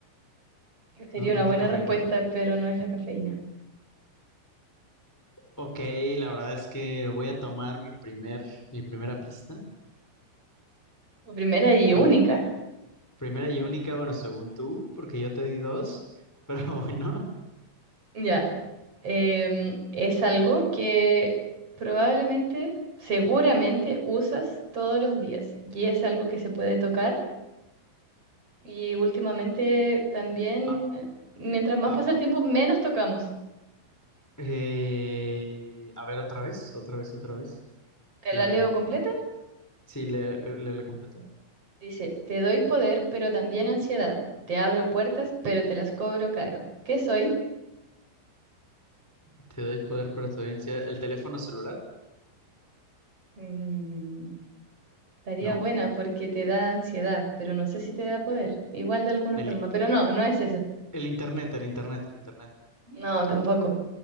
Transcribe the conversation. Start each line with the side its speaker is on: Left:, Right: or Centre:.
Right: que Sería
Centre: ¿No, no
Right: una
Centre: es
Right: buena
Centre: la cafeína?
Right: respuesta, pero no es la cafeína.
Centre: Ok, la verdad es que voy a tomar mi primer, mi primera pista.
Right: La primera y
Centre: ¿Cuál-
Right: única.
Centre: Primera y
Right: <laughs>
Centre: única, bueno, según tú, porque yo te di dos, pero <laughs> bueno.
Right: Ya. Em, es algo que probablemente, seguramente usas todos los días y es algo que se puede tocar Y últimamente también,
Centre: Ah,
Right: mientras más
Centre: ah,
Right: pasa
Centre: ah,
Right: el tiempo, menos tocamos.
Centre: eh, a ver, otra vez, otra vez, otra vez.
Right: ¿Te
Centre: La,
Right: la leo completa?
Centre: sí, le, le, la completa.
Right: Dice, te doy poder, pero también ansiedad. Te abro puertas, pero te las cobro caro. ¿Qué soy?
Centre: Te doy poder, pero te doy ansiedad. ¿El teléfono celular?
Right: Mm, estaría
Centre: No.
Right: buena porque te da ansiedad, pero no sé si te da poder. Igual de alguna
Centre: El,
Right: forma, pero no, no es eso.
Centre: el internet, el internet, el internet.
Right: No, tampoco,